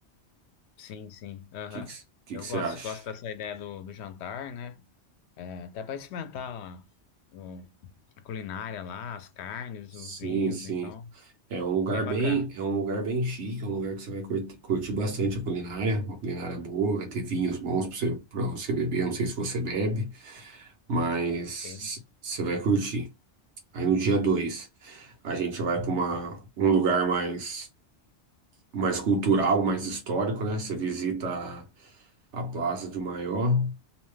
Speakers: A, on the left; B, on the right.
A: Sim, sim. Aham.
B: que que, que
A: Eu
B: que você
A: gosto,
B: acha?
A: gosto dessa ideia do, do jantar, né? É, até para experimentar ó, o- a culinária lá, as carnes,
B: Sim,
A: os vinhos,
B: sim.
A: então,
B: É um lugar
A: bem bacana.
B: bem, é um lugar bem chique, é um lugar que você vai curti- curtir, bastante a culinária, uma culinária boa, vai ter vinhos bons para você, para você beber, eu não sei se você bebe, mas
A: Bem-
B: você vai curtir. Aí no dia 2 a gente vai para uma um lugar mais mais cultural, mais histórico, né? Você visita a Plaza de Maior,